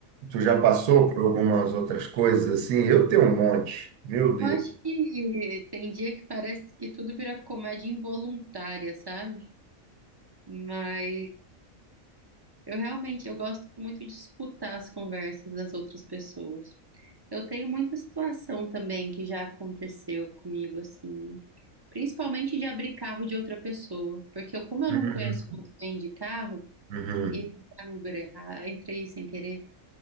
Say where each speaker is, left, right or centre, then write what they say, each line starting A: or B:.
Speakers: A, on the right; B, on the right.
A: Tu já passou por algumas outras coisas assim? Eu tenho um monte, meu Deus.
B: Eu acho que tem dia que parece que tudo vira comédia involuntária, sabe? Mas eu realmente eu gosto muito de escutar as conversas das outras pessoas. Eu tenho muita situação também que já aconteceu comigo, assim, principalmente de abrir carro de outra pessoa, porque eu, como eu
A: Uhum,
B: não conheço muito bem de carro,
A: uhum.
B: e entrar no Uber errado, entrei sem querer,